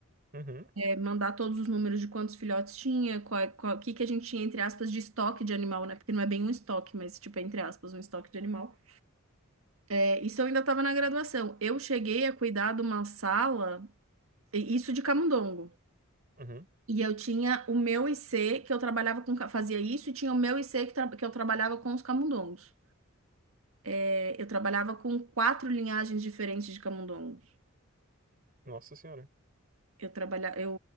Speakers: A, on the right; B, on the right.
A: Uhum,
B: é, mandar todos os números de quantos filhotes tinha, qual, qual, o que que a gente tinha, entre aspas, de estoque de animal, né? Porque não é bem um estoque, mas, tipo, é, entre aspas, um estoque de animal. É, isso eu ainda estava na graduação. Eu cheguei a cuidar de uma sala, e- isso de camundongo.
A: uhum.
B: E eu tinha o meu IC, que eu trabalhava com, ca- fazia isso, e tinha o meu IC que, tra- que eu trabalhava com os camundongos. É, eu trabalhava com quatro linhagens diferentes de camundongos.
A: Nossa senhora.
B: Eu trabalha, eu,